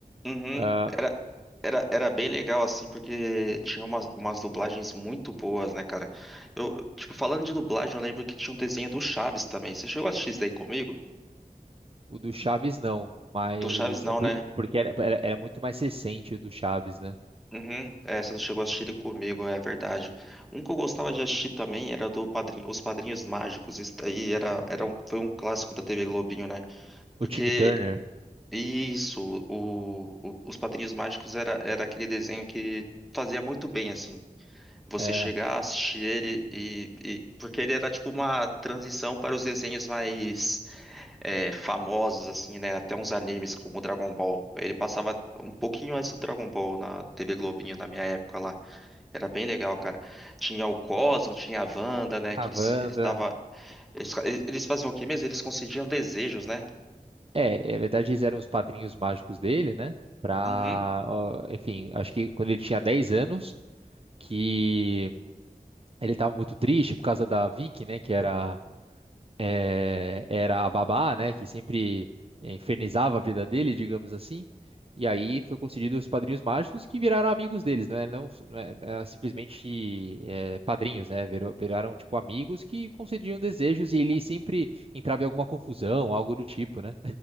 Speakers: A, in the centre; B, on the right (about 40°).
A: uhum.
B: Ah,
A: Era, era, era bem legal assim, porque tinha umas, umas dublagens muito boas, né, cara? Eu, tipo, falando de dublagem, eu lembro que tinha um desenho do Chaves também. Você chegou a assistir isso daí comigo?
B: O do Chaves não, mas
A: Do Chaves não,
B: é por-
A: né?
B: porque era, era, era muito mais recente o do Chaves, né?
A: Uhum. É, você não chegou a assistir ele comigo, é verdade. Um que eu gostava de assistir também era do Padrinho, Os Padrinhos Mágicos. Isso daí
B: Uhum.
A: era, era um, foi um clássico da TV Globinho, né?
B: O
A: Porque
B: Timmy Turner,
A: isso, o- o- os Padrinhos Mágicos era, era aquele desenho que fazia muito bem, assim. Você
B: é,
A: chegar, assistir ele e, e- Porque ele era tipo uma transição para os desenhos mais é, famosos, assim, né? Até uns animes como Dragon Ball. Ele passava um pouquinho antes do Dragon Ball na TV Globinho, na minha época lá. Era bem legal, cara. Tinha o Cosmo, tinha a Wanda, né?
B: a
A: Que
B: Wanda.
A: eles, eles, tava, eles, eles faziam o quê mesmo? Eles concediam desejos, né?
B: É, na verdade eles eram os padrinhos mágicos dele, né? Pra,
A: Uhum.
B: ó, enfim, acho que quando ele tinha 10 anos, que ele tava muito triste por causa da Vicky, né? Que era eh, era a babá, né, que sempre eh, infernizava a vida dele, digamos assim. E aí foi concedido os padrinhos mágicos que viraram amigos deles, né? Não, não é- não é simplesmente eh, padrinhos, né? Virou- viraram tipo amigos que concediam desejos e ele sempre entrava em alguma confusão, algo do tipo, né?